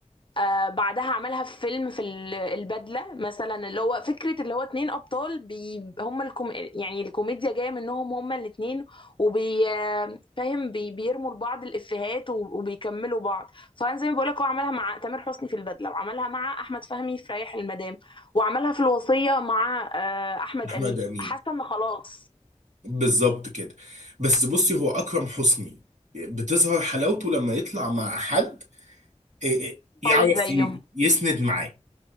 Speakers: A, on the left (about 45°); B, on the right (about 80°).
A: آه بعدها عملها في فيلم في ال- البدلة مثلا اللي هو فكرة اللي هو اتنين أبطال بي هم الكوم يعني الكوميديا جاية منهم هما الاتنين وبي آه، فاهم بي بيرموا لبعض الإفيهات و- وبيكملوا بعض فأنا زي ما بقولك هو عملها مع تامر حسني في البدلة وعملها مع أحمد فهمي في ريح المدام وعملها في الوصية مع آه، أحمد
B: احمد
A: أمين
B: امين
A: حاسة إن خلاص
B: بالظبط كده بس بصي هو اكرم حسني بتظهر حلاوته لما يطلع مع حد إيه، يعرف
A: قوي زيه
B: ي- يسند معاه